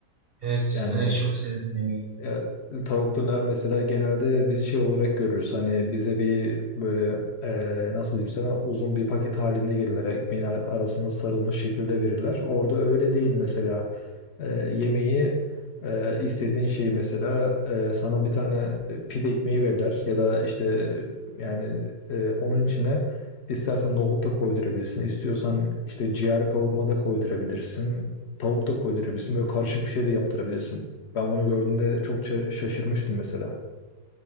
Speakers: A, on the right; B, on the left.
A: Evet
B: Yani
A: döneri çok severim yemeği.
B: ya, tavuk döner mesela genelde biz şey olarak görürüz. Hani bize bir böyle eee, nasıl diyeyim sana uzun bir paket halinde gelirler. Ekmeğin ar- arasına sarılmış şekilde verirler. Orada öyle değil mesela. Eee, yemeği eee, istediğin şeyi mesela eee, sana bir tane pide ekmeği verirler. Ya da işte yani eee, onun içine istersen nohut da koydurabilirsin. İstiyorsan işte ciğer kavurma da koydurabilirsin. Tavuk da koydurabilirsin. Böyle karışık bir şey de yaptırabilirsin. Ben bunu gördüğümde çok ça- şaşırmıştım mesela.